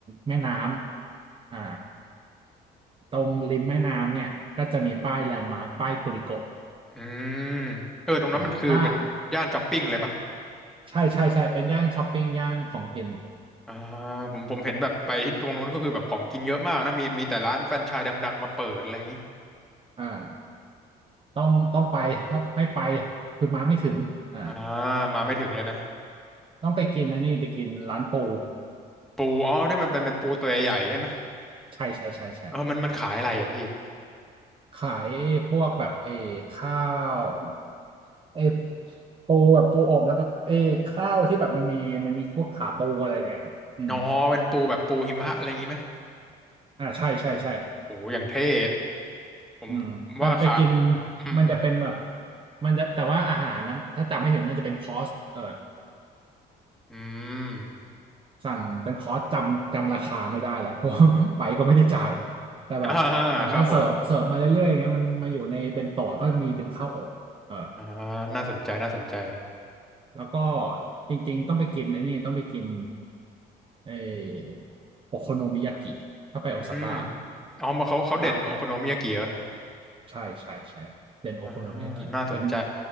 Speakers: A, on the right; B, in the centre.
A: แม่น้ำอ่าตรงริมแม่น้ำเนี่ยก็จะมีป้ายแลนด์มาร์คป้ายกุริโกะ
B: อืมเออตรงนั้นมันคือเป็นย่านช้อปปิ้งเลยปะ
A: อ่าถ้า ใช่ใช่ใช่เป็นย่านช้อปปิ้งย่านของกิน
B: อ่าผมผมเห็นแบบไปที่ตรงนู้นก็คือแบบของกินเยอะมากนะมีมีแต่ร้านแฟรนไชส์ดังๆมาเปิดอะไรอย่างงี้
A: อ่าต้องต้องไปครับไม่ไปคือมาไม่ถึงอ่า
B: อ่ามาไม่ถึงเลยนะ
A: ต้องไปกินอันนี้ไปกินร้านปู
B: ปูอ๋อที่มันเป็นเป็นปูตัวใหญ่ๆใช่ไหม
A: ใช่ใช่ใช่ใช่
B: เออมันมันขายอะไรอะพี่
A: ขายพวกแบบเออข้าวเออปูแบบปูอบแล้วก็เออข้าวที่แบบมันมีมันมีพวกขาปูอะไรแกนะอืม
B: อ๋อเป็นปูแบบปูหิมะอะไรอย่างงี้ไหม
A: อ่าใช่ใช่ใช่
B: โอ้อย่างเท่ผม
A: อืมไปไปกิน
B: ว่าค่ะอืมอืม
A: มันจะเป็นแบบมันจะแต่ว่าอาหารนะถ้าจำไม่ผิดมันจะเป็นคอร์สเออ
B: อืม
A: สั่งเป็นคอร์สจำจำราคาไม่ได้แล้ว <laughs> เพราะว่าไปก็ไม่ได้จ่ายแต่แบบนางก็เสิร์ฟเสิร์ฟมาเรื่อยๆอย่างเงี้ยมันมาอยู่ในเบนโตะก็มีเป็นข้าวอบเออ
B: <laughs> อ่าครับผมอ่าน่าสนใจน่าสนใจ
A: แล้วก็จริงๆต้องไปกินไอ้นี่ต้องไปกินเออโอโคโนมิยากิถ้าไปโอซาก้า
B: อืมอ๋อมาเขาเขาเด่นโอโคโนมิยากิเหรอ
A: กับ ใช่ใช่ใช่เป็นโอโคโนมิยากิเป็น
B: อ่าน่าสนใจ